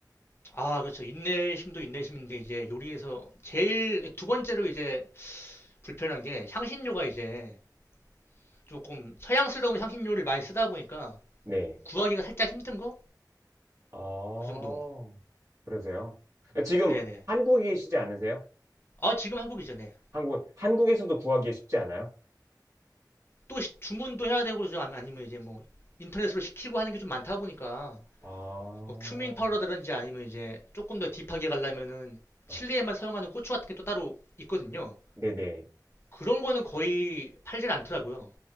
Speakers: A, on the left (about 35°); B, on the right (about 45°).
A: 아, 그렇죠. 인내심도 인내심인데 이제 요리에서 제일 두 번째로 이제 불편한 게 향신료가 이제 조금 서양스러운 향신료를 많이 쓰다 보니까
B: 네.
A: 구하기가 살짝 힘든 거?
B: 아,
A: 그 정도.
B: 그러세요? 지금
A: 네네.
B: 한국이시지 않으세요?
A: 아, 지금 한국이죠. 네.
B: 한국, 한국에서도 구하기에 쉽지 않아요?
A: 또 시- 주문도 해야 되고 아니- 아니면 이제 뭐 인터넷으로 시키고 하는 게 좀 많다 보니까
B: 아,
A: 뭐 큐민 파우더라든지 아니면 이제 조금 더 딥하게 가려면은
B: 네.
A: 칠리에만 사용하는 고추 같은 게 또 따로 있거든요.
B: 네네.
A: 그런 거는 거의 팔질 않더라고요.